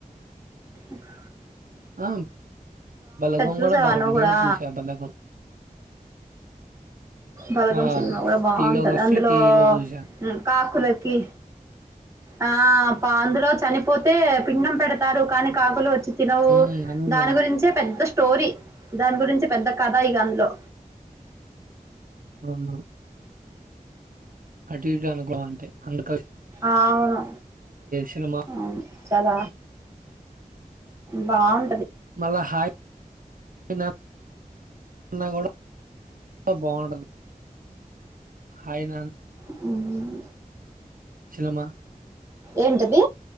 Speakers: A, on the right; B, on the right.
A: ఇకా
B: ఆం బలగం
A: చూసావా
B: కూడా బాగుంటుంది
A: నువ్వు కూడా
B: నేను చూసా బలగం
A: బలగం
B: ఆ!
A: సినిమా కూడా బాగుంటది
B: టీలోకొస్తే
A: అందులో
B: టీవీలో చూశాను.
A: మ్ కాకులకి ఆ పా అందులో చనిపోతే పిండం పెడతారు కానీ కాకులు వచ్చి తినవు
B: హ్మ్. అందం
A: దాని గురించే పెద్దస్ స్టోరీ దాని గురించి పెద్ద కథ ఈగ అందులో
B: ఉమ్మ్ అటు ఇటు అనుకూవ అంతే అందు
A: అవును
B: సినిమా.
A: మ్ చాల బావుం
B: మలా హాయనా న్నా కూడా చ బాగుంటది అయిన
A: హుమ్
B: చెల్లమ్మ
A: ఏంటది